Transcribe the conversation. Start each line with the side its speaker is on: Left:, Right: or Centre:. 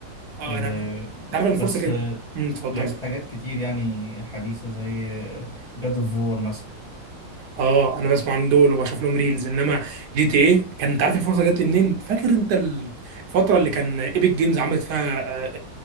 Right: آه،
Left: آه،
Right: انا عملت- انت عارف ان الفرصه
Left: بس
Right: كده
Left: آه،
Right: مم، اتفضل
Left: لعبت حاجات كتير يعني حديثة زي جاد اوف وور مثلا
Right: اه انا بسمع عن دول وبشوف لهم ريلز انما جي تي ايه كان انت عارف الفرصه جات لي منين فاكر انت ال- الفتره اللي كان ايبك جيمز عملت فيها آه،